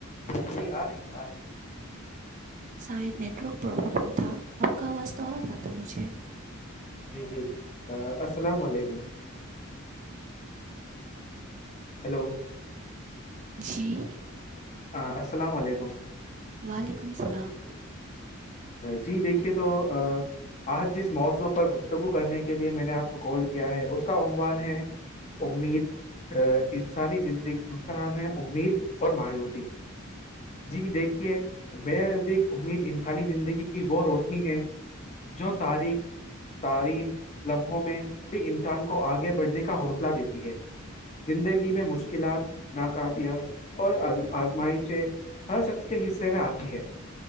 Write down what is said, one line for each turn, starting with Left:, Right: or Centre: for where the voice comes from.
Left: جی آ رہی ہے آ رہی ہے
Right: شاید نیٹ ورک پرابلم تھا آپ کا آواز تو آ رہا تھا مجھے
Left: جی جی السلام علیکم ہیلو
Right: جی
Left: اں السلام علیکم
Right: وعلیکم السلام
Left: جی دیکھیے تو ا آج جس موضوع پر گفتگو کرنے کے لیے میں نے آپ کو کال کیا ہے اس کا عموان ہے امید انسانی زندگی کا نام ہے امید اور مایوسی جی دیکھیے میرے نزدیک امید ان خالی زندگی کی وہ روشنی ہے جو تاریخ تارین لمحوں میں بھی انسان کو آگے بڑھنے کا حوصلہ دیتی ہے زندگی میں مشکلات نقابیاں اورز آزمائیش سے ہر شخص کے حصے میں آتی ہے